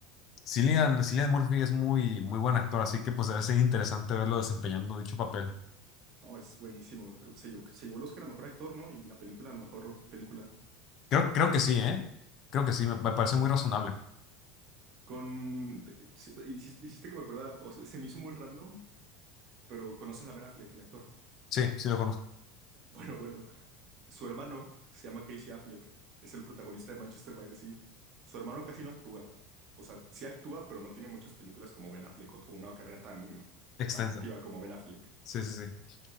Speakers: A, on the left (about 45°); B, on the right (about 45°).
A: Cillian, Cillian Murphy es muy, muy buen actor, así que pues debe ser interesante verlo desempeñando dicho papel.
B: No, es buenísimo. Creo que se llevó, se llevó el Oscar a mejor actor, ¿no? Y la película a mejor película.
A: Creo, creo que sí, ¿eh? Creo que sí, me, me parece muy razonable.
B: Con... de- sí, Hiciste, hiciste que me acordara, o sea, se me hizo muy random, pero conoces a Ben Affleck, el actor. <laughs>
A: Sí, sí lo conozco.
B: Bueno, bueno, su hermano se llama Casey Affleck, es el protagonista de Manchester by the Sea. Su hermano casi no actúa, o sea, sí actúa, pero no tiene muchas películas como Ben Affleck o o una carrera tan,
A: Extenso.
B: tan activa como Ben Affleck.
A: Sí, sí, sí.